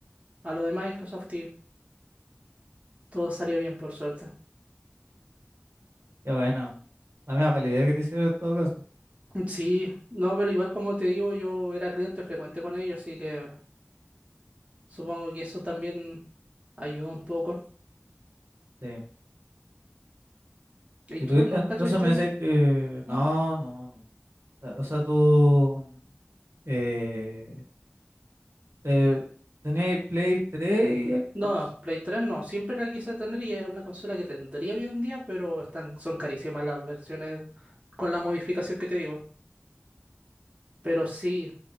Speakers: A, on the right (about 30°); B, on the right (about 85°).
A: a lo de Microsoft y todo salió bien, por suerte.
B: Qué bueno. La mea palidez que te hicieron en todo caso.
A: Mm, Sí, no, pero igual como te digo, yo era cliente frecuente con ellos, así que supongo que eso también ayudó un poco.
B: Sí.
A: ¿Y
B: Y
A: tú
B: tú,
A: nunca
B: entonces
A: tuviste?
B: me decías que
A: ¿Mm?
B: no, no, no. O sea, tú eh, te, tenías Play 3 y
A: No,
B: Xbox,
A: Play 3 no, siempre la quise tener y era una consola que tendría hoy en día, pero están, son carísimas las versiones con la modificación que te digo. Pero sí,